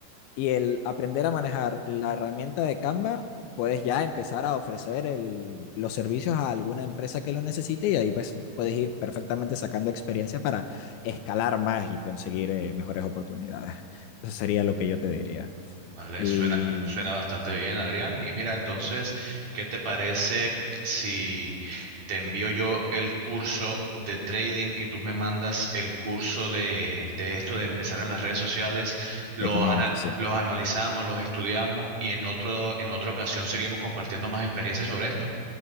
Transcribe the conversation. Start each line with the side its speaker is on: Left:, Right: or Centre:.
Left: y el aprender a manejar la herramienta de Canva, puedes ya empezar a ofrecer el, los servicios a alguna empresa que lo necesite y ahí pues puedes ir perfectamente sacando experiencia para escalar más y conseguir eh, mejores oportunidades. Eso sería lo que yo te diría.
Right: Vale,
Left: Y
Right: suena, suena bastante bien, Adrián. Y mira, entonces, ¿qué te parece si te envío yo el curso de trading y tú me mandas el curso de, de esto de empezar en las redes sociales? Los,
Left: de community,
Right: ana-
Left: sí.
Right: los analizamos, los estudiamos y en otro, en otra ocasión seguimos compartiendo más experiencias sobre esto.